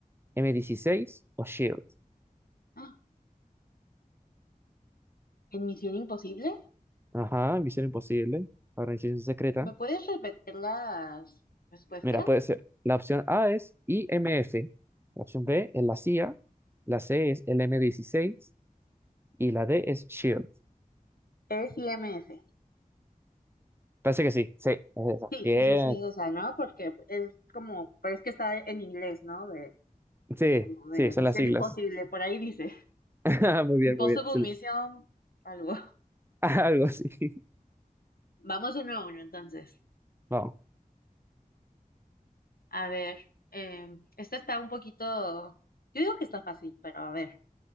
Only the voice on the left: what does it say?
¡Ah! ¿En Misión Imposible?
¿Me puedes repetir las respuestas?
Es I M F.
Sí,
sí, sí, sí, es esa, ¿no? Porque es como, pero es que está en inglés, ¿no? De,
como de
Misión
Imposible, por ahí dice.
Impossible
Mission, algo.
Vamos uno a uno, entonces.
A ver, eh, esta está un poquito, yo digo que está fácil, pero a ver.